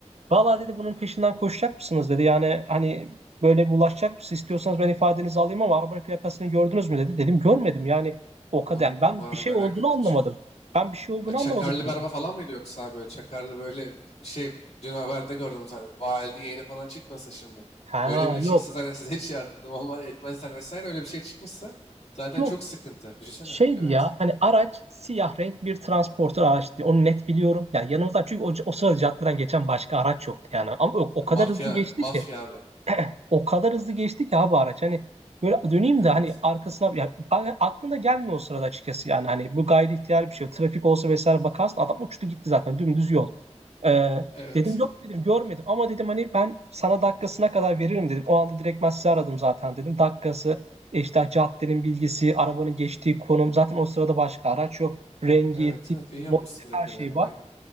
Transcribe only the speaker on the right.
Valla dedi bunun peşinden koşacak mısınız dedi. Yani hani böyle bulaşacak mısınız istiyorsanız ben ifadenizi alayım ama araba plakasını gördünüz mü dedi. Dedim görmedim yani o
kadar.
Yani ben bir
şey olduğunu
anlamadım.
Ben bir şey olduğunu
anlamadım dedim.
Ha
yok.
Yok
şeydi
ya hani araç siyah renk bir transporter araçtı. Onu net biliyorum. Yani yanımızdan çünkü o, o sırada caddeden geçen başka araç yoktu yani. Ama o, o
kadar
hızlı geçti
ki.
O kadar hızlı geçti ki abi araç. Hani böyle döneyim
de hani arkasına ya, a- aklına gelmiyor o sırada açıkçası yani. Hani bu gayri ihtiyar bir şey. Trafik olsa vesaire bakarsın adam uçtu gitti zaten dümdüz yol. Ee,
dedim yok dedim görmedim ama dedim hani ben sana dakikasına kadar veririm dedim. O anda direkt ben sizi aradım zaten dedim. Dakikası işte caddenin bilgisi, arabanın geçtiği konum zaten o sırada başka araç yok. Rengi,
tipi,
modeli
her
şey var.